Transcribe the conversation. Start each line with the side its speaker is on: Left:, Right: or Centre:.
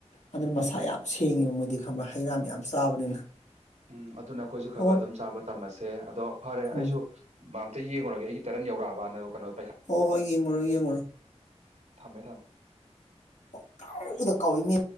Left: ꯑꯗꯨꯅ ꯃꯁꯥ ꯌꯥꯝ ꯁꯦꯡꯉꯦꯕ ꯃꯣꯏꯗꯤ ꯈꯪꯕ꯭ꯔꯥ ꯍꯩ ꯔꯥ ꯃꯌꯥꯝ ꯆꯥꯕꯅꯤꯅ
Right: ꯎꯝ ꯑꯗꯨꯅ ꯑꯈꯣꯏꯖꯨ ꯈꯔꯒ
Left: ꯍꯣ
Right: ꯑꯗꯨꯝ ꯆꯥꯕ ꯇꯝꯃꯁꯦ ꯑꯗꯣ ꯐꯔꯦ ꯑꯩꯖꯨ
Left: ꯎꯝ
Right: ꯃꯥ ꯑꯝꯇ ꯌꯦꯡꯉꯨꯔꯒ ꯑꯩꯒꯤ ꯇꯔꯟ ꯌꯧꯔꯛꯑꯕꯅ ꯀꯅꯣ
Left: ꯍꯣ ꯍꯣꯏ ꯌꯦꯡꯉꯨꯔꯣ ꯌꯦꯡꯉꯨꯔꯣ
Right: ꯊꯝꯃꯦ ꯊꯝ
Left: ꯄꯪꯀꯥꯎꯗ ꯀꯧꯏꯅꯦ